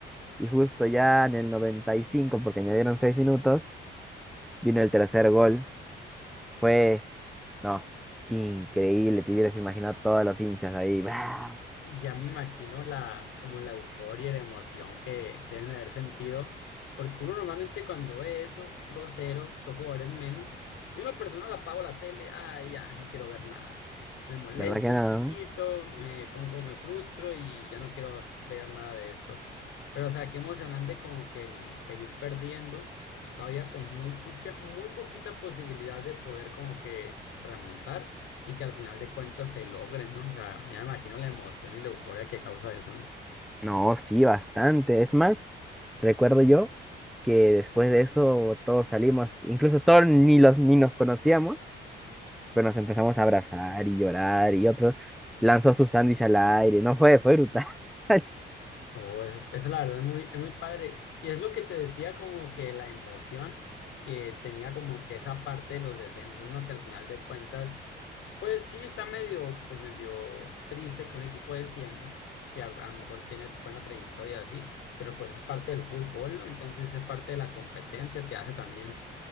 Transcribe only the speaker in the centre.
Y justo ya en el 95, porque añadieron 6 minutos, vino el tercer gol. Fue, no, increíble. Te hubieras imaginado todos los hinchas ahí. ¡Bah!
¿Verdad que no?
No, sí, bastante. Es más, recuerdo yo que después de eso todos salimos, incluso todos ni los ni nos conocíamos, pero nos empezamos a abrazar y llorar y otro lanzó su sándwich al aire. No fue, fue brutal. <laughs>